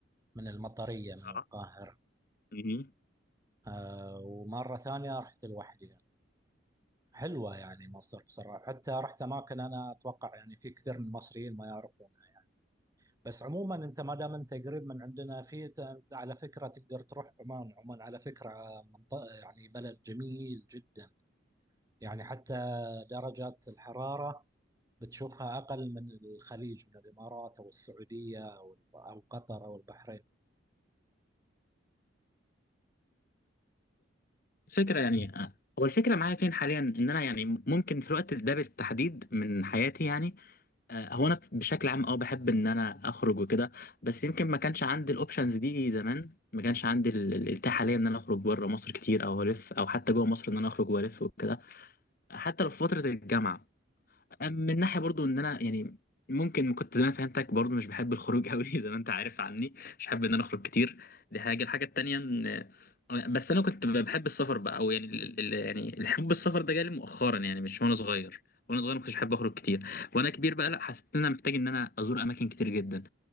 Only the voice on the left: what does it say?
اه
مهم.
فكرة يعني آه، هو الفكرة معايا فين حاليا ان انا يعني ممكن في الوقت ده بالتحديد من حياتي يعني آه، هو انا بشكل عام اه بحب ان انا اخرج وكده بس يمكن ما كانش عندي الاوبشنز دي زمان ما كانش عندي ال- ال- الاتاحة حاليا ان انا اخرج بره مصر كتير او الف او حتى جوه مصر ان انا اخرج والف وكده حتى لو في فترة الجامعة أم- من ناحيه برضو ان انا يعني ممكن كنت زمان فهمتك برضو مش بحب الخروج قوي <laughs> زي ما انت عارف عني مش بحب ان انا اخرج كتير دي حاجه الحاجه التانيه ان بس انا كنت بحب السفر بقى او يعني ال... ال- يعني الحب السفر ده جالي مؤخرا يعني مش وانا صغير وانا صغير ما كنتش بحب اخرج كتير وانا كبير بقى لا حسيت ان انا محتاج ان انا ازور اماكن كتير جدا